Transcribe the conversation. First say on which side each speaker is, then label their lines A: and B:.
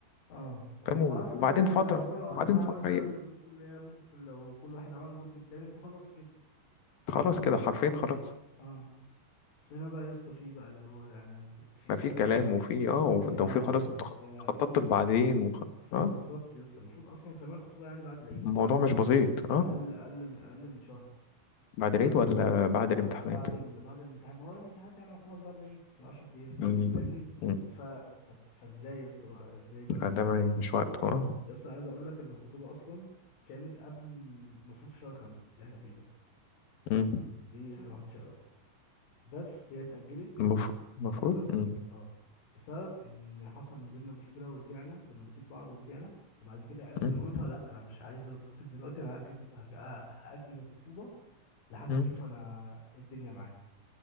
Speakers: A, on the left; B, on the left.
A: اه واصلا
B: فاهم وبعدين
A: يعني
B: فترة
A: العلاقة
B: وبعدين
A: اخرها
B: فترة
A: مثلا
B: هي
A: ما بينكم اللي هي ممكن لو كل واحد عمل بلوك للتاني انتوا خلاص كده
B: خلاص كده
A: ممكن
B: حرفين خلاص
A: اه بس هنا بقى يا اسطى في بقى اللي هو يعني في
B: ما
A: بقى
B: في
A: اللي
B: كلام
A: هو
B: وفي اه وف-
A: وفي
B: ده
A: اهل
B: وفي خلاص
A: وفي
B: انت
A: بتاع
B: خ- خططت بعدين وخ...
A: فبالظبط
B: اه
A: يا اسطى المفروض اصلا كمان الخطوبه يعني بعد العيد
B: الموضوع مش
A: أنت
B: بسيط
A: فاهم
B: اه
A: اقل اقل من اقل من شهر
B: بعد العيد ولا بعد الامتحانات
A: ب- بعد ال... بعد الامتحان ما هو الامتحانات يعني خلاص بعد العيد ب 10 ايام
B: مم.
A: فاهمني
B: مم.
A: ف طب فازاي يا اسطى بقى ازاي بقى
B: فده
A: فاهمني
B: ما مش وقت اه
A: يا اسطى أنا عايز اقول لك ان الخطوبه اصلا كانت قبل المفروض في شهر خمسة اللي احنا فيه ده
B: مم.
A: دي حاجه محدش يعرفها بس هي اتاجلت
B: المفروض المفروض
A: بسبب
B: مم.
A: اه بسبب ان حصل ما بيننا مشكله ورجعنا كنا نسيب بعض ورجعنا وبعد كده قالت
B: مم.
A: لمامتها لا انا مش عايزه اتخطب دلوقتي انا هاجل هأ- هاجل الخطوبه لحد
B: مم.
A: ما اشوف انا إيه الدنيا معايا